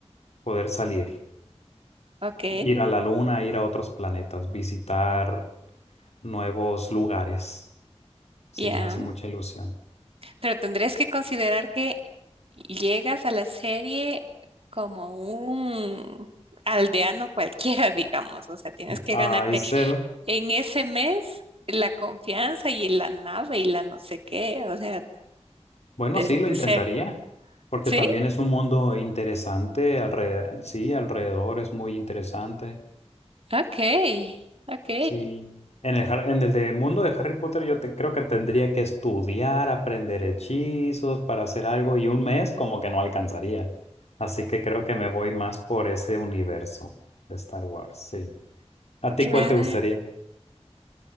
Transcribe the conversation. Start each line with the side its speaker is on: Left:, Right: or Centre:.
Left: poder salir,
Right: Ok,
Left: ir a la luna, ir a otros planetas, visitar nuevos lugares. Sí,
Right: ya.
Left: me hace mucha ilusión.
Right: Pero tendrías que considerar que llegas a la serie como un aldeano cualquiera, <laughs> digamos. O sea, tienes que
Left: A
Right: ganarte
Left: ser,
Right: en ese mes la confianza y la nave y la no sé qué. O sea,
Left: bueno,
Right: desde
Left: sí, lo intentaría,
Right: cero.
Left: porque
Right: ¿Sí?
Left: también es un mundo interesante, alrededor, sí, alrededor es muy interesante,
Right: Ok, ok.
Left: sí. En el, Har- en el de- mundo de Harry Potter yo te, creo que tendría que estudiar, aprender hechizos para hacer algo y un mes como que no alcanzaría. Así que creo que me voy más por ese universo de Star Wars, sí. ¿A ti
Right: Claro.
Left: cuál te gustaría?